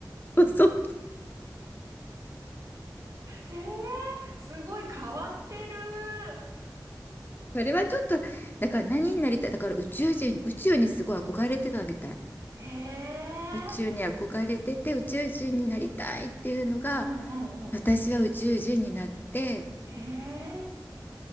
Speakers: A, on the left; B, on the right.
A: そう
B: えー、すごい変わってる。
A: それはちょっと、だから何になりたい、だから宇宙人、宇宙にすごい憧れてたみたい。
B: へえ、
A: 宇宙に憧れてて、宇宙人になりたいっていうのが、
B: うんうんうん。
A: 私は宇宙人になって、
B: へえ、